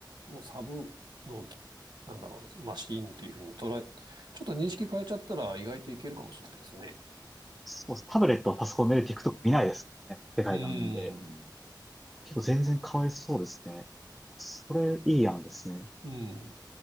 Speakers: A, on the right; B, in the centre.
A: もうサブの、なんだろう、マシーンというふうに捉え、ちょっと認識変えちゃったら意外といけるかもしれないですね。
B: そう、タブレットパソコンで TikTok 見ないですね。でかい画面で。
A: うん。
B: 結構全然変わりそうですね。それ、いい案ですね。
A: うん。